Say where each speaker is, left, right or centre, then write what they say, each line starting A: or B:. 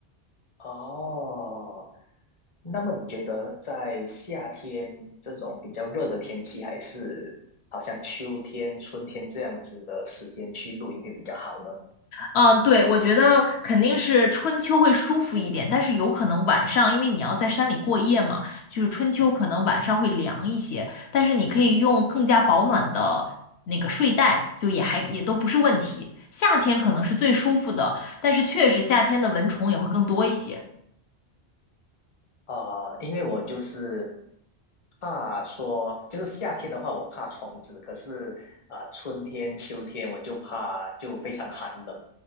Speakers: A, on the left; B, on the left.
A: 哦，那么你觉得在夏天这种比较热的天气，还是好像秋天、春天这样子的时间去露营会比较好呢？
B: 啊，对，我觉得肯定是春秋会舒服一点，但是有可能晚上，因为你要在山里过夜嘛，就是春秋可能晚上会凉一些，
A: 嗯，
B: 但是你可以用更加保暖的那个睡袋，就也还也都不是问题。夏天可能是最舒服的，但是确实夏天的蚊虫也会更多一些。
A: 啊，因为我就是怕说，就是夏天的话我怕虫子，可是啊、呃春天、秋天我就怕就非常寒冷。